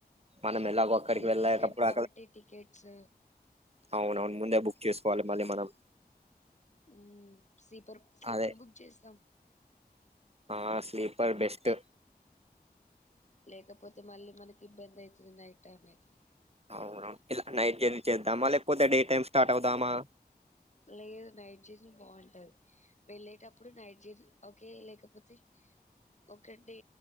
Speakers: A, on the right (about 40°); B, on the left (about 45°).
A: మనం ఎలాగో అక్కడికి
B: మళ్ళీ
A: వెళ్ళేటప్పుడు
B: వీకెండ్ కాబట్టి టికెట్స్
A: అవున అవును ముందే బుక్ చేసుకోవాలి మళ్ళీ మనం
B: ఉమ్ స్లీపర్ స్లీపర్
A: అదే
B: బుక్ చేస్తాం
A: ఆ స్లీపర్ బెస్ట్
B: లేకపోతే మళ్ళీ మనకి ఇబ్బంది అవుతుంది నైట్ టైం అయితే
A: అవున ఇలా నైట్ జర్నీ చేద్దామా లేకపోతే డే టైమ్ స్టార్ట్ అవుదామా
B: లేదు నైట్ జర్నీ బాగుంటది వెళ్ళేటప్పుడు నైట్ జర్నీ ఓకే లేకపోతే ఒక డే